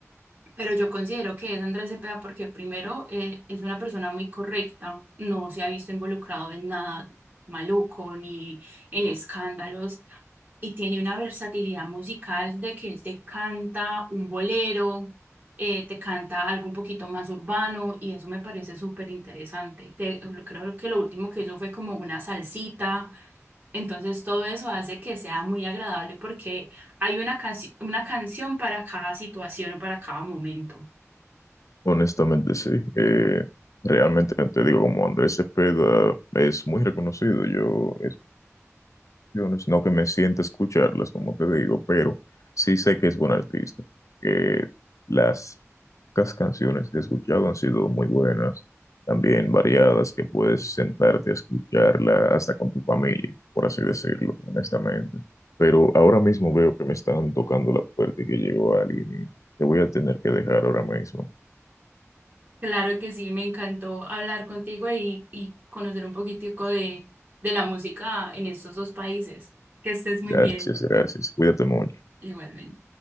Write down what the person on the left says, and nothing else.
Honestamente, sí. Eh, realmente, te digo, como Andrés Cepeda es muy reconocido, yo es- yo no es- no que me sienta escucharlas, como te digo, pero sí sé que es buen artista. que las pocas canciones que he escuchado han sido muy buenas, también variadas, que puedes sentarte a escucharla hasta con tu familia, por así decirlo, honestamente. Pero ahora mismo veo que me están tocando la puerta y que llegó alguien y te voy a tener que dejar ahora mismo.
Gracias,
gracias. Cuídate mucho.